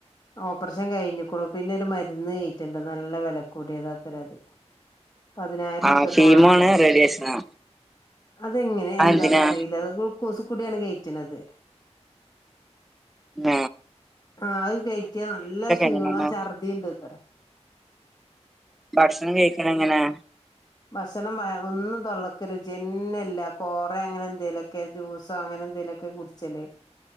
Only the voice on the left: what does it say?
ഓപ്പറേഷൻ കഴിഞ്ഞിക്കുണു, പിന്നെ ഒരു മരുന്ന് കേറ്റ്ണ്ട്, നല്ല വെല ക്കൂടിയതാത്തറെ അത്. പതിനായിരറുപ്യൊക്കെ
വാണത്രെ,
അതെങ്ങനെ എന്താന്ന്
അറിയീല അത് കൂസ്ക്കൂടിയാണ് കേറ്റ്ണത്.
ആഹ് അത് കയറ്റിയ നല്ല ശീണോ
ഛർദിണണ്ടത്രെ.
ഭക്ഷണം വയ ഒന്നും തൊള്ളക്കു രുചി യെന്നല്ല. കോറെ അങ്ങനെ എന്തേലൊക്കെ ജൂസോ അങ്ങനെ എന്തേലൊ ഒക്കെ കുടിച്ചല്,